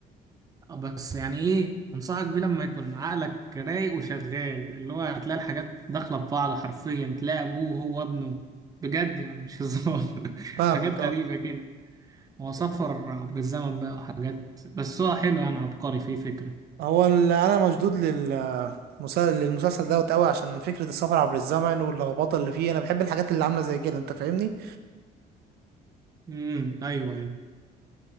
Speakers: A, on the right (about 20°); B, on the right (about 70°).
A: آه، بس يعني ايه انصحك بيه لما يكون عقلك رايق وشغال اللي هو هتلاقي الحاجات داخله في بعض حرفيا تلاقي ابوه وهو ابنه بجد يعني مش هزار <laughs>
B: فاهمك
A: حاجات
B: اه
A: غريبه كده هو سفر عبر الزمن بقى وحاجات بس هو حلو يعني عبقري فيه فكرة
B: هو ال- انا مشدود لل مسا- للمسلسل دوت قوي عشان فكرة السفر عبر الزمن واللخبطة اللي فيه انا بحب الحاجات اللي عاملة زي كده انت فاهمني
A: امم ايوه ايوه